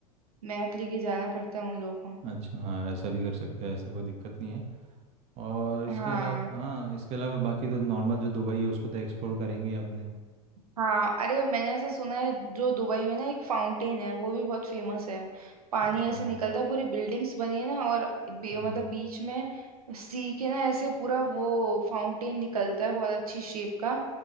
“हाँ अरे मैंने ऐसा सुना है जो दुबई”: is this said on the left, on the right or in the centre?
Right